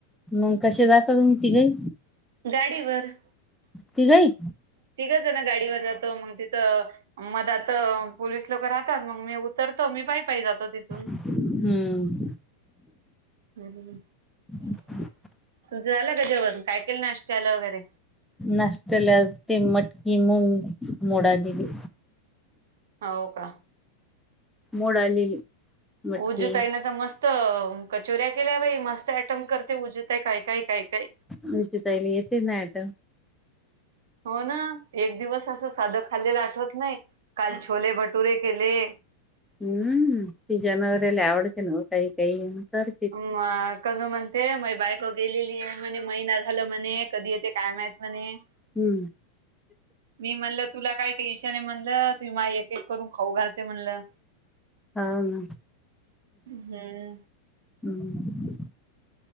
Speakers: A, in the centre; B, on the right (about 60°).
A: मंग कशे जाता तुम्ही तिघही?
B: गाडीवर
A: तिघही
B: तिघं जणं गाडीवर जातो मग तिथं मदा आता पोलीस लोकं राहतात मग मी उतरतो मी पायपाई जातो तिथून.
A: हम्म.
B: हम्म हम्म.
A: <inaudible>
B: झालं का जेवण काय केलं नाश्त्याला वगैरे?
A: नाष्टल्या ते मटकी मंग मोडालेली.
B: हाव का?
A: मोड आलेली. मटकी
B: उजू ताई ने तर मस्त तम कचोऱ्या केल्या बाई मस्त आयटम करते उजू ताई काय काय काय काय.
A: नीती ताईला येते नाही तर
B: हो ना एक दिवस असं सादं खाल्लेलं आठवत नाही काल छोले भटुरे केले.
A: हम्म ती जनावरेला आवडते ना हो काही काही म कर
B: म कध म्हणते माय बाईक क गेलेली आहे म्हणे महिना झाला म्हणे कधी येते काय माहित म्हणे.
A: हम्म.
B: मी म्हणल तुला काय टेन्शन आहे म्हणलं? तुम्ही माय एक एक करून खाऊ घालते म्हणलं.
A: हो ना
B: हम्म.
A: हम्म.